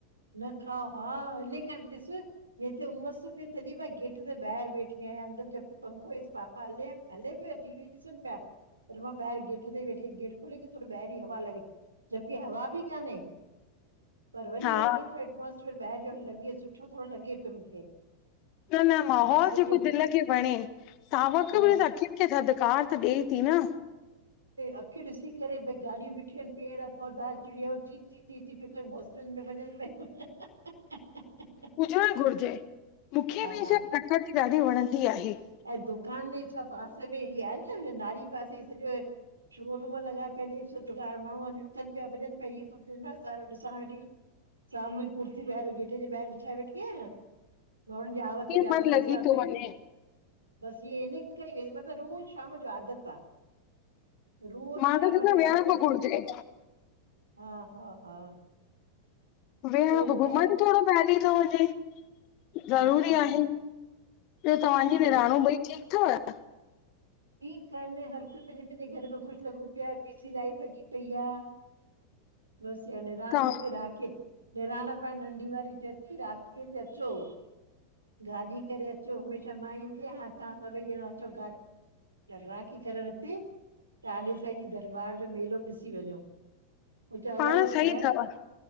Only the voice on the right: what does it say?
न खाव हा इन करे ॾिस हेत उमस सुपए तॾहिं मां गेट ते ॿाहिर बेठी आहियां अंदर जबक पंखोस पापा हले। हले पियो टी वी ॾिसण पया पर मां ॿहिर गेट ते ई वेठी गेट खोले त थोॾो बाहिरि ई हवा लॻे। जबकी हवा बि काने पर वरी
वेठी त एटमोसफेयर ॿाहिरि जो लॻे सुठो थोॾो लॻे पियो मूंखे।
त सॼो
बसि
अखियूं ॾिसी करे भई गॻाॾियूं बीठियूं आहिनि पेड़ पौधा चिड़िय टी टी पिकनि बोसलनि में वञनि पिय
हा
ऐं दुकान जे छा पासे में ई आहे न नारी पासे सॼो शोरूम लॻाए पिया सु माण्हू अ थनि पिया वञनि पई झ सो ॾिसां वेठी साम्हूं ई कुर्ती ॿाहिरि गेटे जे ॿाहिरि विछाए वेठी आयां। माण्हुनि जी आवत
जावत
हिॾिसां
पई।
बस इ इन करे व मतिलब रोज़ शाम जो आदत आ। रोज़
शाम
जो आदत
हा- हा- हा।
ॿियो
ॿुधायो?
हा,
हा,
उहो
ठीकु आहेन हर कोई पंहिंजे -पंहिंजे घर में खुश लॻो पियो आहे बि लाइफ लगॻी पई आ।
बसि ईया निराण
किथे राखीअ निणान पणु नंढी वारी चवे थी राखी ते अचो गाॾी करे अचो हमेशाह मां ईंदीयां हाण तव्हां सभई ॼणा अचो गाॾ त राकी करण हिते तालेसाईं जी दरबार जो मेलो ॿ ॾिसी वञो। पोइ चयो
हल
ख़ैरु